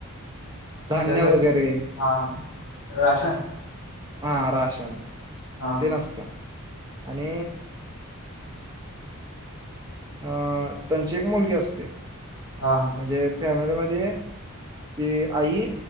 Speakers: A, on the left (about 70°); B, on the right (about 15°).
A: म्हणजें
B: धान्य
A: असं,
B: वगैरे
A: हा राशन
B: हा राशन,
A: हा
B: ते नसतं आणि अ त्यांची एक मुलगी असते
A: हा हा
B: म्हजे फॅमिलीमध्ये ती, आई,